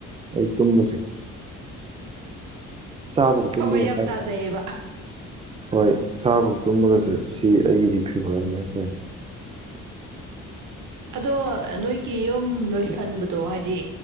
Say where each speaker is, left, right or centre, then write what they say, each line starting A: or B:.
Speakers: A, on the right (about 20°); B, on the right (about 75°).
A: ꯑꯩ ꯇꯨꯝꯕꯁꯦ ꯆꯥꯕꯒ ꯇꯨꯝꯕꯒ
B: ꯊꯋꯥꯏ ꯌꯥꯝ
A: ꯀꯥꯏꯗ
B: ꯇꯥꯖꯩꯌꯦꯕ
A: ꯍꯣꯏ ꯆꯥꯕꯒ ꯇꯨꯝꯕꯒꯁꯦ ꯁꯤ ꯑꯩꯒꯤꯗꯤ ꯐꯦꯕꯣꯔꯥꯏꯠꯅꯤ ꯍꯥꯏꯇꯥꯔꯦ
B: ꯑꯗꯣ ꯅꯣꯏꯒꯤ ꯌꯨꯝ ꯂꯣꯏꯁꯟꯕꯗꯣ ꯍꯥꯏꯗꯤ